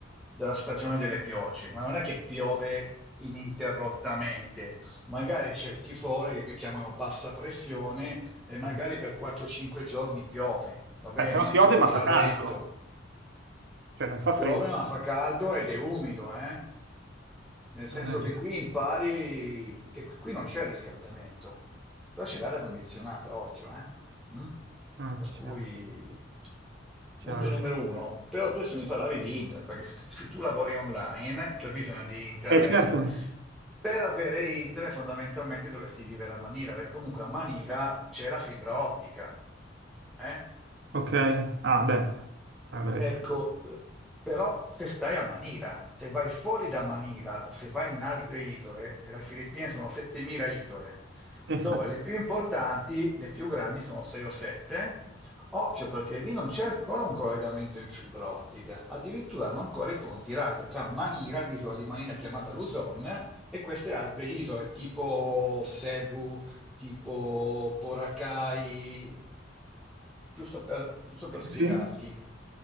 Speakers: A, in the centre; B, on the right.
A: della stagione delle piogge, ma non è che piove ininterrottamente. Magari c'è il tifone che qui chiamano bassa pressione e magari
B: ah.
A: per 4-5 giorni piove, va bene?
B: Eh, però piove
A: E tira
B: ma fa caldo,
A: vento.
B: cioè non fa freddo.
A: Piove ma fa caldo ed è umido, eh? Nel senso
B: Ah,
A: che
B: certo.
A: qui impari che qui non c'è riscaldamento. Qua c'è l'aria condizionata, occhio, eh? Mm?
B: Ah,
A: Per cui,
B: certo. Chiaro,
A: punto numero
B: chiaro.
A: uno. Però tu adesso mi parlavi di internet, perché se se tu lavori online, tu hai bisogno di internet.
B: Eh certo,
A: Per avere internet fondamentalmente dovresti vivere a Manila, perché comunque a Manila c'è la fibra ottica. eh?
B: ok, ah beh, vabbè,
A: Ecco,
B: sì.
A: eh, però se stai a Manila, se vai fuori da Manila o se vai in altre isole, e le Filippine sono 7.000 isole,
B: Infatti,
A: dove le più importanti, le più grandi sono 6 o 7. Occhio perché lì non c'è ancora un collegamento in fibra ottica, addirittura hanno ancora i ponti radio tra Manila, l'isola di Manila chiamata Luzon, e queste altre isole tipo Cebu, tipo Boracay, giusto per, giusto per
B: <laughs>
A: spiegarti.
B: sì.